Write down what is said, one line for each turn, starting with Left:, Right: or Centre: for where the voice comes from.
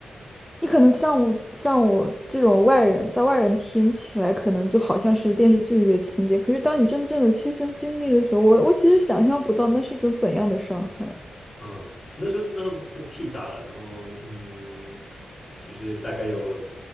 Centre: 你可能像我像我这种外人，在外人听起来，可能就好像是电视剧里的情节。可是当你真正的亲身经历的时候，我我其实想象不到那是一种怎样的伤害。
Left: 嗯，那时候那时候就气炸了，然后嗯，就是大概有